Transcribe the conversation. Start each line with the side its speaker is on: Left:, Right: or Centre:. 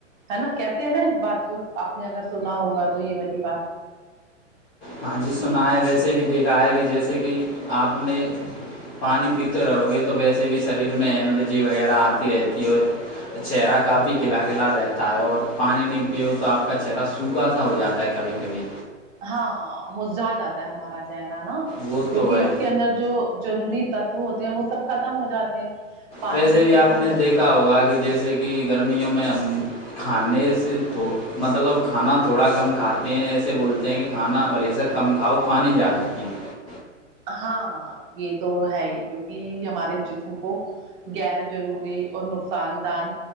Right: ہے نا کہتے ہیں نا بات کو آپ نے اگر سنا ہوگا تو یہ والی بات
Left: ہاں جی سنا ہے ویسے بھی دیکھا ہے کہ جیسے کہ آپ نے پانی پیتے رہو گے تو ویسے بھی شریر میں انرجی وغیرہ آتی رہتی ہے اور چہرہ کافی کھلا کھلا رہتا ہے اور پانی نہیں پیو تو آپ کا چہرہ سوکھا سا ہو جاتا ہے کبھی کبھی
Right: ہاں مزا جاتا ہے ہمارا رہا نا
Left: وہ
Right: کیونکہ
Left: تو ہے
Right: اس کے اندر جو <unintelligible> ضروری تتو ہوتے ہیں وہ سب ختم ہو جاتے ہیں <unintelligible> پانی
Left: ویسے
Right: جو
Left: بھی
Right: ہے
Left: آپ
Right: وہ ہم
Left: نے دیکھا ہوگا کہ جیسے کہ گرمیوں میں ہم کھانے سے مطلب کھانا تھوڑا کم کھاتے ہیں ایسے بولتے ہیں کہ کھانا و والیزہ کم کھاؤ <unintelligible> پانی زیادہتیے <unintelligible>
Right: ہاں یہ تو ہے ہی کیونکہ ہمارے جسم کو غیر جضروری اور نقصان دان